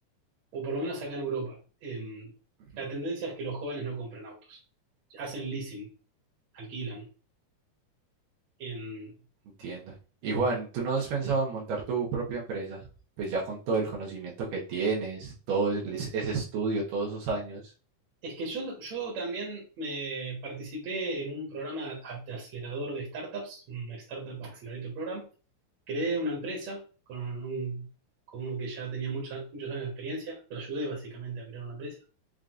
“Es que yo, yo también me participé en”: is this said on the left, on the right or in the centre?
Right